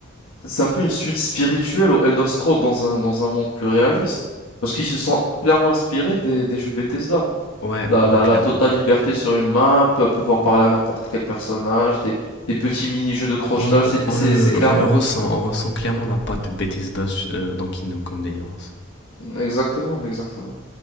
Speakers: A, on the left; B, on the left.
A: c'est un peu une suite spirituelle au Elder Scrolls dans un, dans un monde plus réaliste. Parce qu'ils se sont clairement inspirés des, des jeux Bethesda.
B: Ouais,
A: la,
B: ouais,
A: la,
B: clairement.
A: la totale liberté sur une map, euh, pouvoir parler à n'importe quel personnage, des, des petits mini-jeux de crochetage,
B: On le,
A: c'est,
B: on
A: c'est,
B: le,
A: c'est clairement?
B: on le ressent, on ressent clairement la patte Bethesda euh, dans Kingdom Come Deliverance.
A: Exactement, exactement.